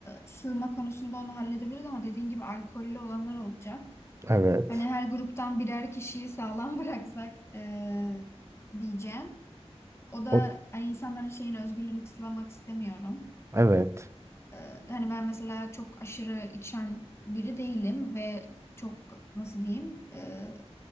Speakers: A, on the left; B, on the right.
A: sığma konusunda onu halledebiliriz ama dediğin gibi alkollü olanlar olacak.
B: Evet.
A: Hani her gruptan birer kişiyi sağlam <laughs> bıraksak ee, diyeceğim. O da
B: O,
A: hani insanların şeyin özgürlüğünü kısıtlamak istemiyorum.
B: evet.
A: Ee, hani ben mesela çok aşırı içen biri değilim ve çok nasıl diyeyim e,